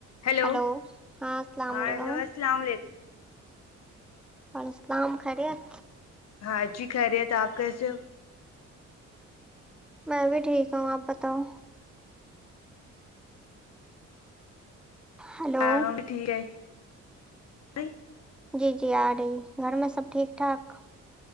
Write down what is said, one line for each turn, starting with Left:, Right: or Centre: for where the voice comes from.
Left: hello
Centre: hello السلام
Left: ہاں
Centre: علیکم
Left: ہیلو السلام علیکم
Centre: وعلیکم السلام خیت
Left: ہاں جی خیریت آپ کیسے ہو
Centre: میں بھی ٹھیک ہوں آپ بتاؤ ہلو
Left: آ بھی ٹھیک ہے نہیں
Centre: جی جی آ رہی گھر میں سب ٹھیک ٹھاک